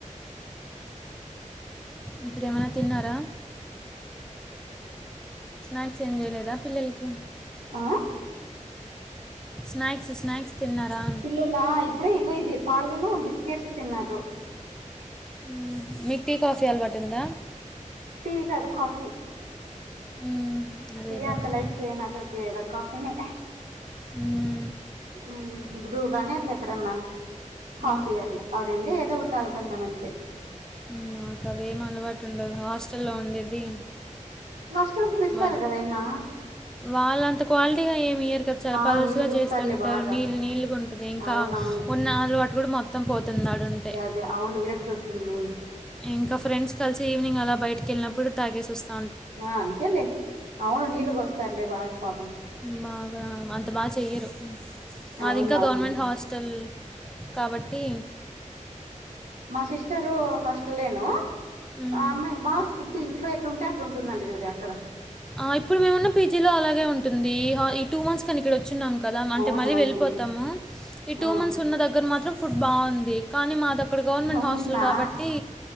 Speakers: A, in the centre; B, on the right.
A: ఇప్పుడు ఏమైనా తిన్నారా స్నాక్స్ ఏం చేయలేదా పిల్లలకి
B: ఆ
A: స్న్యాక్స్ స్న్యాక్స్ తిన్నరా
B: పిల్లలా ఇప్పుడే ఈగో ఇది పాలను బిస్కెట్స్ తిన్నారు
A: ఊ మీకు టీ కాఫీ అలవాటు ఉందా
B: టీ కాదు కాఫీ
A: హ్మ్. అదేదో
B: టీ అంత
A: ఒకటి.
B: లైక్ చేయ్యను అసలుకిలా కాఫీని
A: హుహ్
B: ఉ బ్రూగణేత్ ఎప్పుడన్నా కాఫీ
A: ఆ!
B: అట్లా అవురండి ఏదో ఒకటి తాగుతా ఆన్ అంతే
A: హుమ్మ్ మాకు అవేం అలవాటు ఉండదు హాస్టల్లో ఉండేది.
B: మాస్టర్ లిస్తార్
A: వ
B: గాదైనా
A: వాళ్ళంత క్వాలిటీగా ఏమి ఇయర్ గ చాలా
B: ఆ
A: పల్సగా
B: నీళ్ళు పోస్తారులే
A: జేస్తుంటారు.
B: బాగా
A: నీళ్ళ నీళ్ళుగా ఉంటది. ఇంకా
B: అవునవును
A: ఉన్న అలవాటు కూడా మొత్తం పోతుందాడుంటే
B: తే అవునడ్ విరక్త వస్తుంది మెయిన్.
A: ఇంకా ఫ్రెంస్ కలిసి ఈవినింగ్ అలా బయటికి ఏళ్ళినప్పుడు తాగే వస్త్.
B: ఆ అంతేలే అవును నీళ్ళు బోస్తారులే బాగా పాపం.
A: మా బా అంత బాగా చెయ్యరు మాదింకా
B: అవును అవునులే
A: గవర్నమెంట్ హాస్టల్. కాబట్టి
B: మా సిస్టరు హస్టలేను
A: మ్,
B: ఆ అమ్మాయి బాగ్ ఫుడ్ ఇంట్లో ఎట్లుంటే అట్లాంటుందండి జూడి అక్కడ
A: ఆ ఇప్పుడు మేమున్నా పీజీ లో అలాగే ఉంటుంది హా ఇప్ టూ మంత్స్ కాని ఇక్కడ వచ్చిన్నాం కదా అంటే
B: అవును
A: మళ్ళీ
B: అవునులే
A: వెళ్ళిపోతాము ఈ టూ
B: ఆ
A: మంత్స్ ఉన్న దగ్గర మాత్రం ఫు హుడ్ బావుంది కానీ మా దగ్ అక్కడ గవర్నమెంట్
B: అవునా
A: హాస్టల్ గాబట్టి